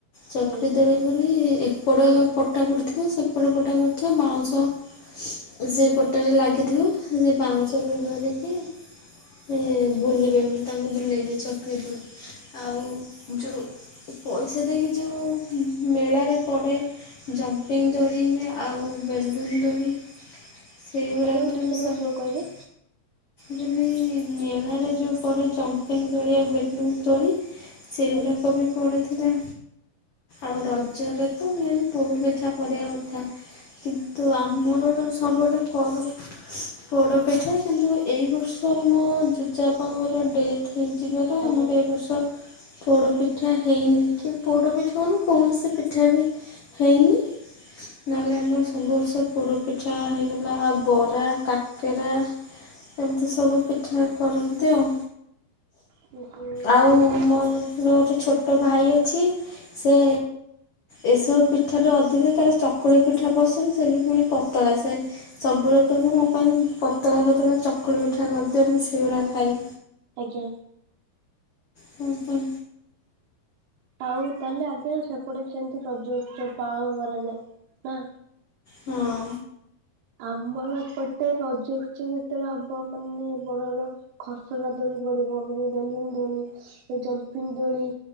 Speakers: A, on the left (about 50°); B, on the right (about 85°).
A: ଚକ୍ରି
B: ଆଜ୍ଞା
A: ଦୋଳି ବୋଲି ଏ ସେପଡ଼ ପଟା ପଡ଼ିଥିବ ସେପଟ ପଟା ପଡ଼ିଥିବ ବାଉଁଶ ସେ ପଟାରେ ଲାଗିଥିବ ସେ ବାଉଁଶରେ ଧରିକି ହୁ ବୁଲିବେ ଏମତି ତାଙ୍କୁ ବୁଲେଇବି ଚକିରି ଦୋଳି ଆଉ ଯଉ ପଇସା ଦେଇକି ଯେଉଁ ଉ -ମେଳାରେ ପଡ଼େ ଜମ୍ପିଙ୍ଗ ଦୋଳି ଇଏ ଆଉ ବେଲୁନ୍ଦଦୋଳି ଶ୍ରୀଓ
B: ଆଜ୍ଞା
A: ରାଧନାମ
B: ଆଉ ଟିକେ ନାକୁ
A: ସ <unintelligible>
B: ସ୍ଲୋ କହିବେ।
A: ଯଦଲି ନେଲାରେ ଯଉ ପଡେ ଜମ୍ପିଙ୍ଗ ଦୋଳି ଆଉ ବେଡ଼ରୁୁମ ଦୋଳି ସେଗୁଡ଼ାକ
B: ଆଜ୍ଞା
A: ବି ପଢ଼ିଥିଲା ଆଉ
B: ହୁଁ
A: ରଜରେ
B: ହୁଁ
A: ତ ମେନ୍ ପୋରୁପିଠା କରିବା କଥା କିନ୍ତୁ ଆମର କଣ ସବୁଠେ କର ପୋଡ ପିଠା କିନ୍ତୁ ଏଇ ବର୍ଷ ଆମ ଜେଜେପାଙ୍କର ଡେଥ୍ ହେଇଯିବ ତ
B: ଆଜ୍ଞା
A: ଆମର ଏ ବର୍ଷର ପୋଡ଼ପିଠା ହେଇନି କି ପୋଡ଼ ପିଠା କଣ କୌଣସି ପିଠା ବି ହେଇନି ନହେଲେ ଆମର ସବୁବର୍ଷ
B: ହୁଁ
A: ପୋଡ଼ ପିଠା ହେଇଗଲା ବରା କାକେରା ସେମିତି ସବୁ ପିଠା କରନ୍ତି ଆଉ
B: ହୁଁ ହୁଁ ହୁଁ
A: ଆଉ ମୋର ଗୋଟେ ଛୋଟ ଭାଇ ଅଛି ସେ ଏସବୁ ପିଠାଟୁ ଅଧିକା ତାର ଚକୁଳି ପିଠା ପସନ୍ଦ ସେ ବି ପୁଣି ପତଳା ସେଏ ସବୁ ବେଳେ କହିବ ମୋ ପାଇଁ ପତଳା ପତଳା ଚକୁଳି ପିଠା କରିଦିଅ ମୁଁ ସେଇଗୁଡ଼ା ଖାଇ
B: ଆଜ୍ଞା
A: ହଁ ହ?
B: ଆଉ ତାହେଲେ ଆଜ୍ଞା ସେପଟେ ବି ସେମି଼ତି ରଜ ଉତ୍ସବ ପାଳନ କରାଯାଏ ନା।
A: ହଁ?
B: ଆମର ଏପଟେ ରଜ ଉତ୍ସବ ଯେତେବେଳେ ହବ ମାନେ ବଡର ଖସଡା ଦୋଳି ପଡିବଲ <unintelligible> ଦୋଳି ଏ ଜମ୍ପିଙ୍ଗ ଦୋଳି